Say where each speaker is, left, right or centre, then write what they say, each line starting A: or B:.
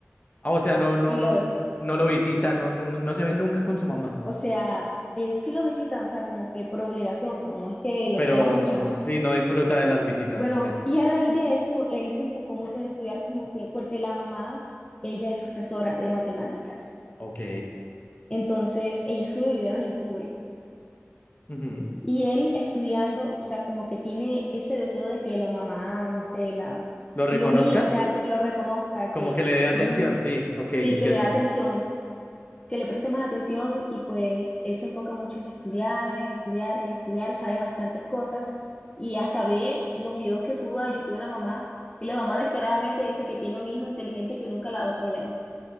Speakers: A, on the left; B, on the left.
A: Ah, o sea, no, no,
B: y
A: no,
B: lo dejó.
A: no lo visita, no, no, no no se ve nunca con su mamá.
B: O sea, él sí lo visita, o sea, como que por obligación, pero no es que lo
A: Pero
B: quiera mucho, ¿no?
A: sí, no disfruta de las visitas
B: Bueno,
A: con él.
B: y a raíz de eso, él se enfocó mucho en estudiar como que, porque la mamá, ella es profesora de matemáticas,
A: Ok.
B: entonces ella sube videos a YouTube.
A: Ujú.
B: Y él estudiando, o sea, como que tiene ese deseo de que la mamá, no sé, la,
A: ¿Lo reconozca?
B: lo mire, o sea, que lo reconozca,
A: Como
B: que
A: que le dé atención,
B: es, un-
A: sí. Ok,
B: sí,
A: entiendo.
B: que le da atención, que le preste más atención y pues él se enfoca mucho en estudiar, en estudiar, en estudiar, sabe bastantes cosas y hasta ve los videos que sube a YouTube de la mamá y la mamá descaradamente dice que tiene un hijo inteligente que nunca le ha dado problemas,